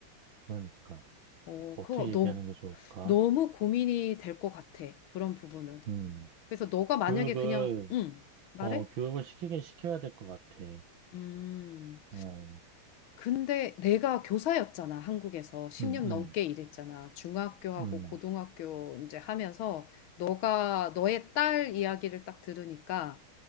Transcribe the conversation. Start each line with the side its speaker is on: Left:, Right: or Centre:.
Right: 그러니까.
Left: 어,
Right: 어떻게
Left: 그거
Right: 얘기하는
Left: 너,
Right: 게 좋을까?
Left: 너무 고민이 될 것 같아. 그런 부분은.
Right: 음,
Left: 그래서 너가 만약에
Right: 교육을,
Left: 그냥, 응, 말해?
Right: 어, 교육을 시키긴 시켜야 될 것 같아.
Left: 음.
Right: 어,
Left: 근데 내가 교사였잖아, 한국에서. 10년
Right: 음, 음,
Left: 넘게 일했잖아. 중학교하고
Right: 음,
Left: 고등학교 이제 하면서 너가 너의 딸 이야기를 딱 들으니까